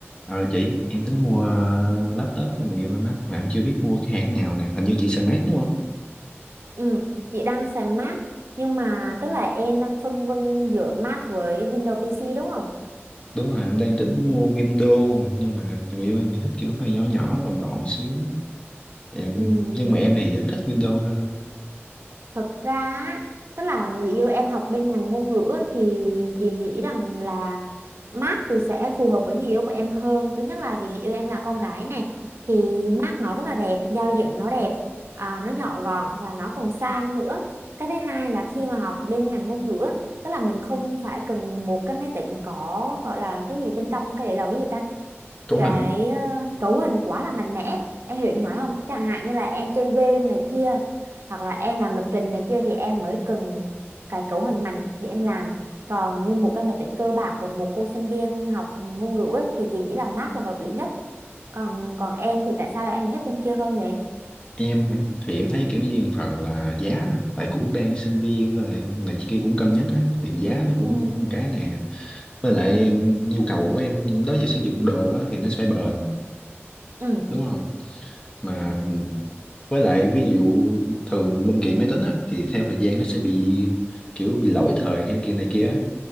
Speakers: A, on the left; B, on the right.
A: Ờ chị, em tính mua ờ, laptop cho người yêu em á, mà em chưa biết mua cái hãng nào nè, hình như chị xài Mac đúng không?
B: Ừ, chị đang xài Mac nhưng mà tức là em đang phân vân giữa Mac với Windows PC đúng không?
A: Đúng rồi, em đang tính mua Windows, nhưng mà người yêu em thì thích kiểu hơi nhỏ nhỏ, gọn gọn xíu. Em,
B: Ừ,
A: nhưng mà em thì vẫn thích Windows hơn.
B: thật ra á, tức là người yêu em học bên ngành ngôn ngữ á, thì chị nghĩ rằng là Mac thì sẽ phù hợp với người yêu của em hơn. Thứ nhất là vì người yêu em là con gái này thì Mac nó rất là đẹp, giao diện nó đẹp, à, nó nhỏ gọn và nó còn sang nữa. Cái thứ hai là khi mà học bên ngành ngôn ngữ á, tức là mình không phải cần một cái máy tính có gọi là cái gì bên trong cái để là cái gì ta
A: Cấu
B: cái
A: hình,
B: ờ, cấu hình quá là mạnh mẽ em hiểu như nói không chẳng hạn như là em chơi game này kia hoặc là em làm lập trình này kia thì em mới cần cái cấu hình mạnh để em làm còn như một cái máy tính cơ bản của một cô sinh viên học ngôn ngữ ấy, thì chị nghĩ là Mac là hợp lý nhất còn còn em thì tại sao em lại hết bên kia hơn vậy
A: em hả? Thì em thấy kiểu như một phần là giá nè, tại cũng đang sinh viên với lại này kia cũng cân nhắc á, thì giá nó cũng
B: ừ
A: một cái nè. Với lại em, nhu cầu của em đó giờ sử dụng đồ á, thì nó phải bền,
B: ừ
A: đúng không? mà với lại ví dụ thường linh kiện máy tính á, thì theo thời gian nó sẽ bị kiểu bị lỗi thời hay kia này kia á.